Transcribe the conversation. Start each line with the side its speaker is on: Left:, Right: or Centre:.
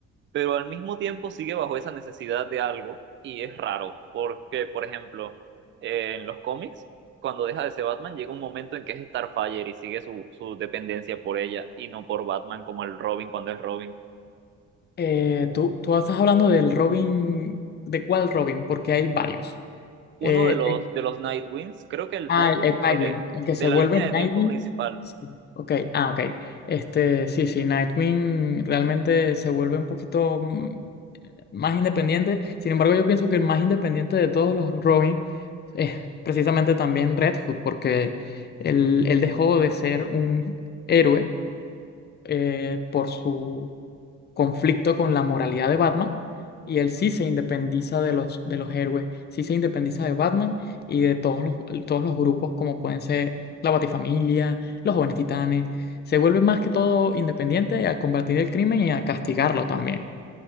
Right: pero al mismo tiempo sigue bajo esa necesidad de algo y es raro, porque, por ejemplo, eh, en los cómics, cuando deja de ser Batman, llega un momento en que es Starfire y sigue su, su dependencia por ella y no por Batman como el Robin cuando es Robin.
Left: Eh, tú, tú estás hablando del Robin, ¿de cuál Robin? Porque hay varios.
Right: Uno
Left: Eh,
Right: de los,
Left: el-
Right: de los Nightwings, creo que el
Left: ah,
Right: Nightwing
Left: el, el Nightwing,
Right: de,
Left: el que
Right: de
Left: se
Right: la
Left: vuelve
Right: línea
Left: Nightwing.
Right: de tiempo principal.
Left: Sí. Ok, ah, ok. Este, sí, sí, Nightwing realmente se vuelve un poquito mm, más independiente. Sin embargo, yo pienso que el más independiente de todos los Robin es precisamente también Red Hood, porque él, él dejó de ser un héroe eh, por su conflicto con la moralidad de Batman y él sí se independiza de los, de los héroes, sí se independiza de Batman y de todos los, todos los grupos como pueden ser la Batifamilia, los Jóvenes Titanes. Se vuelve más que todo independiente a combatir el crimen y a castigarlo también.